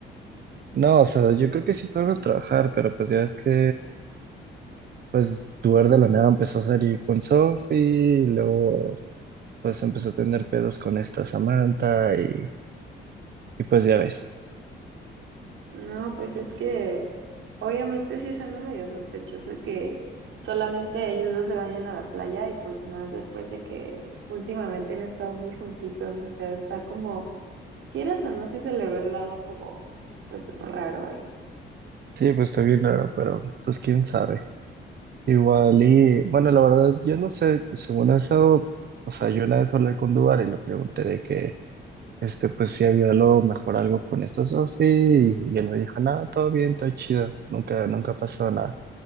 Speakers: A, on the right; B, on the right.
A: No, o sea, yo creo que sí fueron a trabajar, pero pues ya es que pues Duer de la nada empezó a salir con Sophie y luego pues empezó a tener pedos con esta Samantha y, y pues ya ves.
B: No, pues es que obviamente sí suena medio sospechoso que solamente ellos dos se vayan a la playa y pues más después de que últimamente han estado muy juntitos, o sea, está como Quieras o no, sí se le ve el lado como, pues, raro ahí.
A: Sí, pues está bien raro, pero pues quién sabe. Igual y bueno, la verdad yo no sé, según eso, o sea, yo una vez hablé con Duar y le pregunté de que este pues si había a lo mejor algo con esta Sophie y, y él me dijo, nada, todo bien, todo chido, nunca, nunca pasó nada.